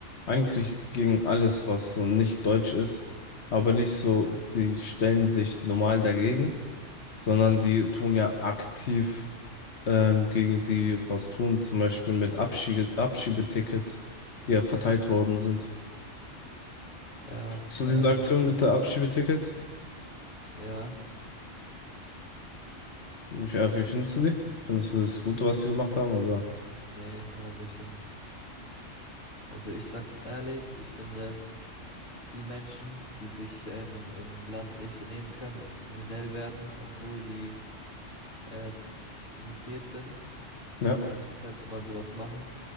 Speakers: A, on the left (about 60°); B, on the left (about 80°).
A: eigentlich gegen alles, was so nicht deutsch ist, aber nicht so, die stellen sich normal dagegen sondern die tun ja aktiv ähm, gegen die was tun, zum Beispiel mit Abschiebe Abschiebetickets, die ja verteilt worden sind.
B: ja,
A: So
B: ähm,
A: diese Aktion mit der Abschiebetickets,
B: ja,
A: wie, ja, wie findest du die? Findest du das Gute, was sie gemacht haben, oder?
B: nee, also ich finde es, also ich sag ehrlich, ich finde die Menschen, die sich ähm, im Land nicht benehmen können und kriminell werden, obwohl die erst emigriert sind,
A: Ja,
B: Für die könnte man sowas machen,